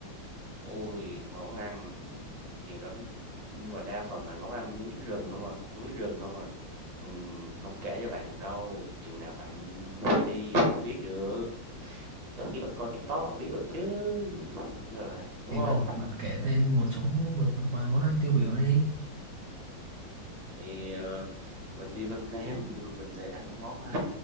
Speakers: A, on the right; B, on the right.
A: Ôi, món ăn nhiều lắm, nhưng mà đa phần là món ăn núi rừng không à, núi rừng không à. Mình không kể cho bạn được đâu, chừng nào bạn phải đi bạn mới biết được. Có khi bạn coi TikTok bạn biết rồi chứ, nhưng mà là đúng
B: thì
A: không?
B: bạn bạn kể tên một số một, một vài món ăn tiêu biểu đi
A: Thì, ờ, mình đi Vân Nam <laughs> nhưng mà mình lại ăn món, a,